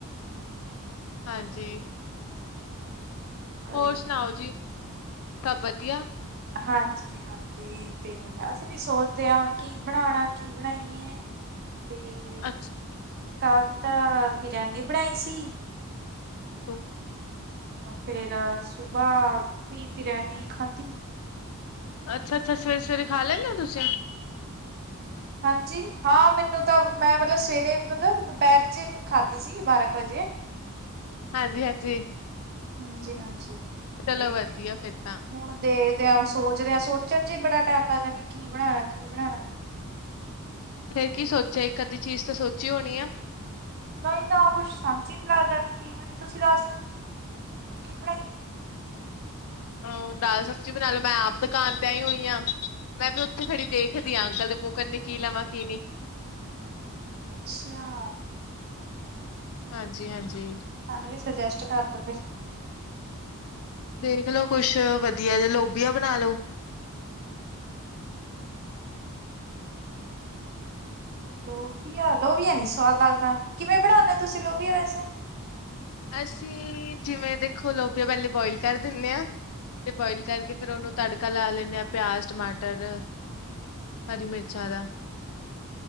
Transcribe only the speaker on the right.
ਹ ਗਈ
ਨਹੀਂ
ਹਾਂਜੀ ਹਾਂਜੀ। ਤੇ ਅਸੀਂ ਵੀ ਸੋਚਦੇ ਹਾਂ ਹੁਣ ਕੀ ਬਣਾਉਣਾ ਕੀ ਬਣਾਈਏ ਤੇ।
ਕੱਲ ਤਾਂ ਬਰਿਆਨੀ ਬਣਾਈ ਸੀ।
ਫਿਰ ਸੁਬਾਹ ਵੀ ਬਰਿਆਨੀ ਖਾਧੀ।
ਹਾਂਜੀ, ਹਾਂ ਮੈਨੂੰ ਤਾਂ ਮੈਂ ਮਤਲਬ ਸਵੇਰੇ ਮਤਲਬ ਦੁਪਹਿਰ ਜੇਹੇ ਵੀ ਖਾਧੀ। ਜੀ ਬਾਰਾਂ ਕੁ ਵਜੇ।
ਹਾਂਜੀ ਹਾਂਜੀ
ਤੇ
ਹੁਣ ਦੇ। ਹੁਣ ਸੋਚਦੇ ਆ ਸੋਚਣ ਚ ਹੀ ਬੜਾ ਟਾਈਮ ਲੱਗਦਾ ਵੀ ਕੀ ਬਣਾਉਣਾ ਕੀ ਬਣਾਉਣਾ।
ਨਹੀ ਤਾਂ ਕੁਛ ਸਮਝ ਹੀ ਨੀ ਲੱਗਦਾ ਵੀ ਕੀ ਬਣਾਈਏ ਤੁਸੀਂ ਦੱਸ ਦਿਉ ਕੀ ਬਣਾਈਏ।
ਅੱਛਾ।
ਸਾਨੂੰ ਵੀ ਸੁਜੈਸਟ ਕਰਦੋ ਫਿਰ?
ਲੋਬੀਆ ਲੋਬੀਆ ਨੀ ਸਵਾਦ ਲੱਗਦਾ ਕਿਵੇਂ ਬਣਾਉਦੇ ਹੋ ਤੁਸੀਂ ਲੋਬੀਆ ਵੈਸੇ?